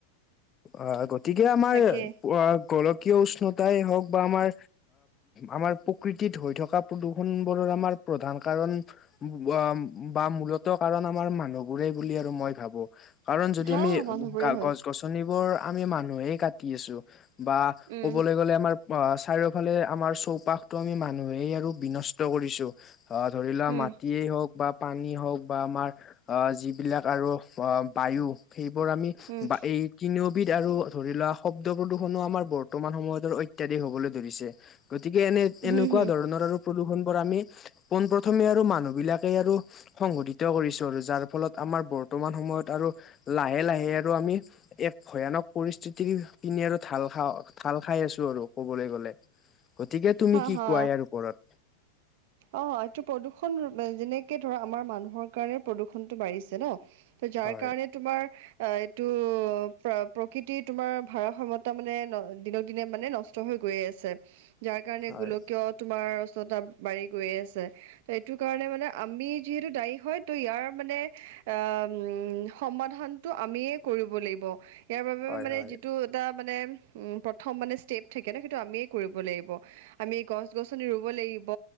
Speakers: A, on the left; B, on the right.
A: আহ গতিকে আমাৰ-
B: তাকে
A: গোলকীয় উষ্ণতাই হওক বা আমাৰ আমাৰ প্ৰকৃতিত হৈ থকা - প্ৰদূষণ বোৰৰ আমাৰ প্ৰধান কাৰণ - বা মূলত কাৰণ আমাৰ মানুহবোৰেই বুলি আৰু মই ভাবো। কাৰণ যদি
B: হা
A: আমি
B: মানুহবোৰে
A: গা
B: হয়।
A: গছ- গছনিবোৰ আমি মানুহে কাটি আছো বা
B: উম,
A: ক'বলে গ'লে আমাৰ - অ চাৰিওফালে আমাৰ চৌপাশতটো আমি মানুহেই আৰু বিনষ্ট কৰিছো। অ ধৰিলোৱা
B: উম।
A: মাটিয়েই হওক বা - পানী হওক বা আমাৰ অ যিবিলাক আৰু অ বায়ু - সেইবোৰ আমি
B: উম,
A: বা এই তিনিওবিধ আৰু ধৰি লোৱা শব্দপদুষ ষণো আমাৰ বৰ্তমান সময়তো অত্যাধিক হবলৈ ধৰিছে, গতিকে এনে এনেকুৱা
B: হুম, হুম,
A: ধৰণৰ আৰু - প্ৰদূষণ বোৰ আমি পোন প্ৰথমে আৰু মানুহ বিলাকে আৰু - সংঘটিত কৰিছো আৰু যাৰ ফলত আমাৰ বৰ্তমান সময়ত আৰু লাহে লাহে আৰু আমি - এক ভয়ানক পৰিস্থিতি পিনি আৰু - ঢালখাও ঢালখাই আছো আৰু কবলৈ, গলে গতিকে তুমি
B: হা,
A: কি
B: হা।
A: কোৱা ইয়াৰ ওপৰত?
B: অ এইটো প্ৰদূৰ্ষণ যেনেকে ধৰা আমাৰ মানুহৰ কাৰণে প্ৰদূৰ্ষনটো বাঢ়িছে ন। ত যাৰ
A: হয়
B: কাৰণে তোমাৰ - অ এইটো প্ৰকৃতি তোমাৰ ভাৰাসাম্যতা মানে দিনক দিনে মানে নষ্ট - ষ্ট হৈ গৈয়ে আছে যাৰ কাৰণে
A: হয়
B: গোলকীয় তোমাৰ উষ্ণতা বাঢ়ি গৈয়ে আছে। ত এইটো কাৰণে মানে আমি যিহেতু দায়ী হয় ত' ইয়াৰ মানে - আহ সমাধানটো আমিয়ে কৰিব লাগিব। ইয়াৰ বাবে
A: হয়
B: মানে
A: হয়
B: যিটো এটা মানে উম প্ৰথম মানে ষ্টেপ থাকে ন সেইটো আমিয়ে কৰিব লাগিব আমি গছ গছনি ৰুব লাগিব